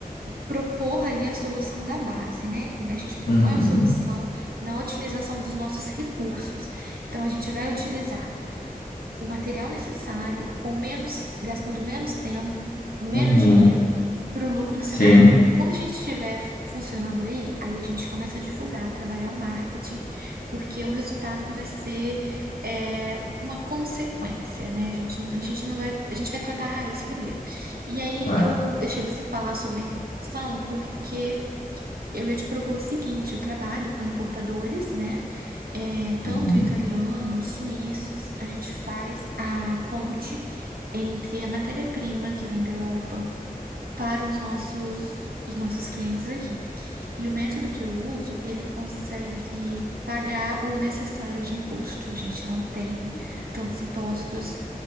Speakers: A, on the right (about 80°); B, on the left (about 70°).
A: propor ali a solução da base, né? A gente propõe
B: Uhum,
A: a solução na otimização dos nossos recursos. Então, a gente vai utilizar o material necessário, com menos, gastando menos tempo, menos
B: uhum,
A: dinheiro, para o lucro
B: sim,
A: ser maior. Quando a gente estiver funcionando aí, aí a gente começa a divulgar, trabalhar o marketing, porque o resultado vai ser é, uma consequência, né? A gente, não- a gente não vai, a gente vai tratar a raiz primeiro. E aí
B: claro.
A: eu deixei você falar sobre a importação, porque eu ia te propor o seguinte: eu trabalho com importadores, né? É, tanto
B: Uhum,
A: italianos, suíços. A gente faz a ponte entre a matéria-prima que vem da Europa para os nossos, os nossos clientes aqui. E o método que eu uso, ele consegue pagar o necessário de imposto. A gente não tem
B: Ok.
A: tantos impostos,